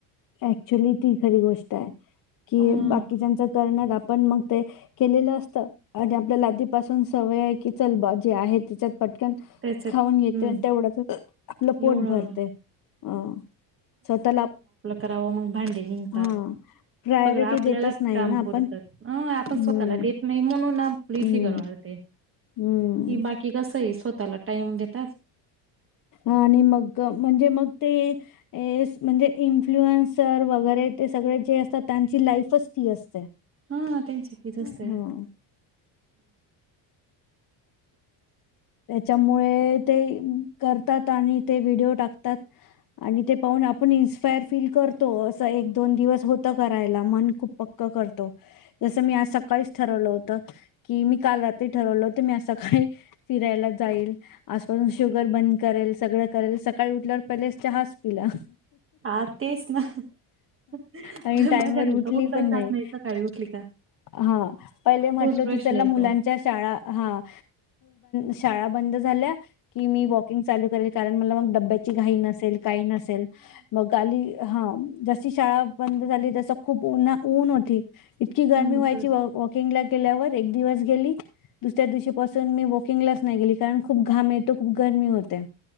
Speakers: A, on the left (about 45°); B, on the right (about 25°).
A: ऍक्च्युली ती खरी गोष्ट आहे. कि
B: अ
A: बाकीच्यांच करण्यात आप पण मग ते केलेलं असत आणि आपल्याला आधीपासून सवय आहे की चल बा जे आहे त्याच्यात पटकन
B: त्याच्यात
A: खाऊन घेते
B: हम्म
A: आणि तेवढ्यातच आपलं पोट
B: एवढं
A: भरते अ स्वतःला
B: कराव मग भांडे निघतात
A: हा प्रायोरिटी
B: सगळं आपल्यालाच
A: देतच नाही
B: काम
A: ना आपण
B: पुरतात अ आपण
A: हम्म
B: स्वतःला देत नाही, म्हणूनली
A: हम्म
B: फिगर वाढते.
A: हम्म
B: कि बाकी कस आहे स्व तःला टाइम देतात.
A: आणि मग म्हणजे मग ते म्हणजे इन्फ्लुअन्सर वगैरे ते सगळे जे असतात त्यांची लाईफ फस्ती असते
B: हा त्यांची तीच असते
A: हम्म. त्याच्यामुळे ते करतात, आणि ते व्हिडिओ टाकतात आणि ते पाहून आपण इन्स्पायर फील करतो असं एक, दोन दिवस होतं करायला मन खूप पक्क करतो जसं मी आज सकाळीच ठरवलं होत की मी काल रात्री ठरवलं होत मी आज सकाळी फिरायला जाईल, आजपासून शुगर बंद करेल सगळं करेल सकाळी उठल्यावर पहिले चहाच पिला.
B: हा तेच ना पण
A: आणि टाइमवर
B: माझ्या
A: उठली
B: नंतर उठला
A: पण नाही.
B: जात सकाळी उठली का
A: हां पहिले म्हटलं
B: तोच
A: होती
B: प्रश्न
A: चला
B: येतो
A: मुलांच्या शाळा हां शाळा बंद झाल्या की मी वॉकिंग चालू करेल. कारण मला म डब्याची घाई नसेल काही नसेल मग गाली हां. जशी शाळा बंद झाली तस खूप उन ऊन होती. इतकी गरमी
B: हम्म
A: व्हायची वॉ वॉकिंगला. गेल्यावर एक दिवस गेली दुसऱ्या दिवशी बस. सण मी वॉकिंगलाच नाही गेली कारण खूप घाम येतो खूप गरमी होते.